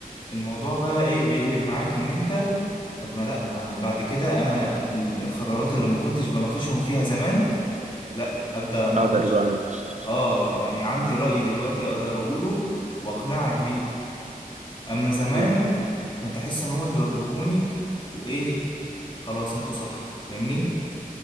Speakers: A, on the left; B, on the right.
A: الموضوع بقى ايه بيقلب معاك ان انت طب ما لا ما بعد كده انا ال- القرارات اللي ما كنتش بناقشهم فيها زمان لا ابدا اناقش
B: اقدر بقى اناقش
A: اه يعني عندي رأي دلوقتي اقدر اقوله واقنعك بيه اما زمان
B: امم
A: كنت احس ان هما بيوجهوني وايه خلاص انتوا صح فاهمني